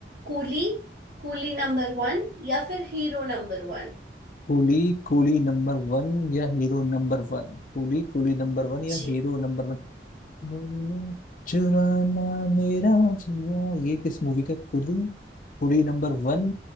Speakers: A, on the right; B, on the left.
A: कूली कूली नंबर वन या फिर हीरो नंबर वन
B: कूली कूली नंबर वन या hero number one Coolie Coolie number one या
A: जी
B: हीरो नंबर वन वो चुराना मेरा जुआ ये किस मूवी का कुली कुली नंबर वन